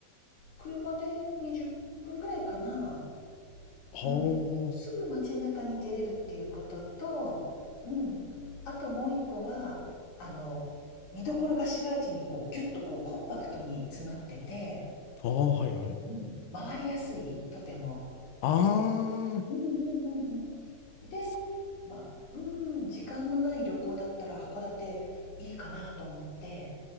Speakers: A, on the left; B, on the left.
A: 車で20分ぐらいかな。
B: は
A: うん。すぐ街中に出れるっていうことと、うん。あともう一個は、あの、見どころが市街地にこうギュッとこうコンパクトに詰まってて、
B: あ、ああ、はい、はい。
A: うん回りやすい、とても。
B: ああ、
A: うんうんうんうんで、
B: そ
A: まあ、うん、時間のない旅行だったら函館いいかなと思って、